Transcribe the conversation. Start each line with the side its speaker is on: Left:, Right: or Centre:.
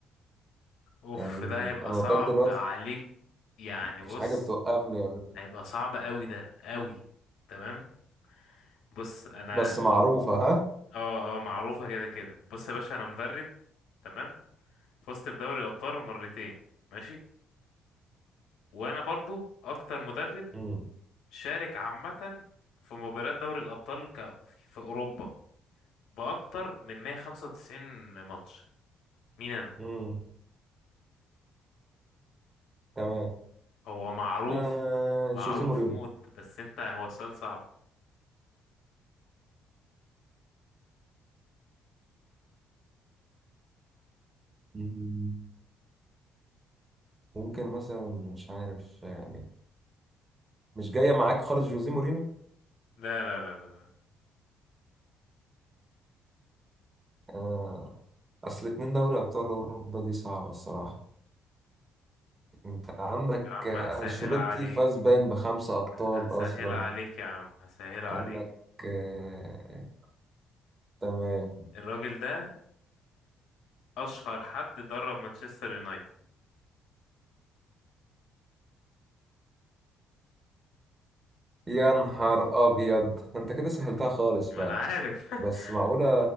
Left: اوف
Right: يعني
Left: ده هيبقى
Right: انا
Left: صعب
Right: لغايه دلوقتي
Left: عليك يعني
Right: مفيش
Left: بص
Right: حاجه بتوقفني يعني.
Left: هيبقى صعب قوي ده قوي تمام بص انا
Right: بس معروفة ها
Left: اه اه معروفة كده كده بص يا باشا انا مدرب تمام فزت بدوري الابطال مرتين ماشي وانا برضو اكتر مدرب
Right: مم.
Left: شارك عامة في مباريات دوري الابطال ك... في اوروبا باكتر من 195 ماتش مين انا
Right: مم. تمام
Left: هو معروف
Right: آه
Left: معروف
Right: جوزيه مورينو
Left: موت بس انت هو السؤال صعب
Right: مم. ممكن مثلا مش عارف يعني مش جاية معاك خالص جوزيه مورينو
Left: لا لا لا لا لا.
Right: آه أصل اتنين دوري أبطال أوروبا دي صعبة الصراحة أنت عندك
Left: يا عم
Right: آه،
Left: هسهل
Right: أنشيلوتي
Left: عليك
Right: فاز باين بخمسة أبطال
Left: هسهل
Right: أصلا
Left: عليك يا عم هسهل عليك
Right: عندك آه تمام
Left: الراجل ده اشهر حد درب مانشستر يونايتد
Right: يا نهار أبيض أنت كده سهلتها خالص فعلا
Left: ما انا عارف
Right: بس
Left: <laughs>
Right: معقولة